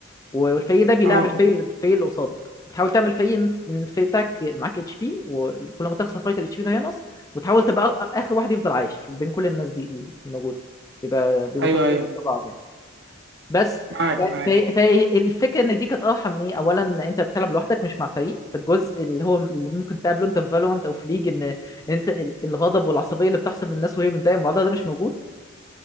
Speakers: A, on the left; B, on the right.
A: والفريق ده بيلعب
B: اه
A: الفريق اللي الفريق اللي قصادك بتحاول تعمل فريق إن انت إن الفريق بتاعك معاك اتش بي وكل ما تخسر فايت الاتش بي ده هينقص وتحاول تبقى اخر واحد يفضل عايش بين كل الناس دي الموجوده بيبقى بيبقوا
B: ايوه
A: تمانية
B: ايوه
A: ضد بعض يعني. بس
B: معاك
A: ف-
B: معاك
A: ف- فالفكره ان دي كانت اه حميه اولا انت بتلعب لوحدك مش مع فريق فالجزء اللي هو اللي ممكن تقابله انت في فالورانت او في ليج ان انت ال- الغضب والعصبيه اللي بتحصل من الناس وهي متضايقه من بعضها ده مش موجود